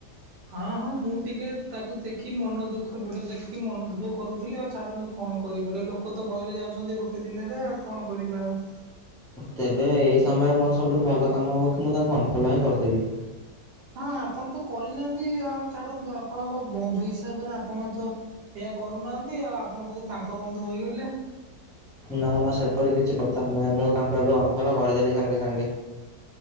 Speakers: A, on the right; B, in the centre.
A: ହଁ, ହଁ, ମୁଁ ଟିକେ ତାକୁ ଦେଖି ମନ ଦୁଃଖ ଭିଡିଓ ଦେଖିକି ମନ ଦୁଃଖ କରୁଥିଲି ଆଉ ଛାଡନ୍ତୁ କଣ କରିପାରିବା, ଲୋକ ତ ବଦଳି ଯାଉଚନ୍ତି ଗୋଟେ ଦିନେରେ, ଆଉ କଣ କରିବା ଆଉ?
B: ତେବେ ଏଇ ସମୟରେ ମୋର ସବୁଠାରୁ ଭଲ କାମ ହବ କି, ମୁଁ ତାଙ୍କୁ ଅନଫଲ ହିଁ କରିଦେବି।
A: ହଁ, ଆପଣ ତ କରିନାହାନ୍ତି, ଆଉ ଛାଡନ୍ତୁ, ଆପଣ ମୋ ବନ୍ଧୁ ହିସାବରେ ଆପଣ ତ ହେଇଆ କରୁନାହାନ୍ତି, ଆଉ ଆପଣ ବୋଧେ ତାଙ୍କ ବନ୍ଧୁ ହୋଇଗଲେ।
B: ନା ନା, ସେପରି କିଛି କଥା ନୁହେଁ, ମୁଁ ତାଙ୍କୁ ଏବେ ଅନଫଲ କରିଦେଲି ସାଙ୍ଗେ ସାଙ୍ଗେ।